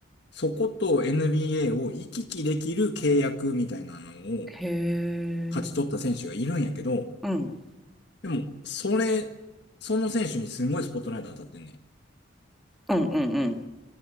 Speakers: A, on the left; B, in the centre.
A: そこと NBA を行き来できる契約みたいなのを、
B: へえ。
A: 勝ち取った選手がいるんやけど、
B: うん。
A: でも、それ、その選手にすごいスポットライト当たってんね。
B: うんうんうん。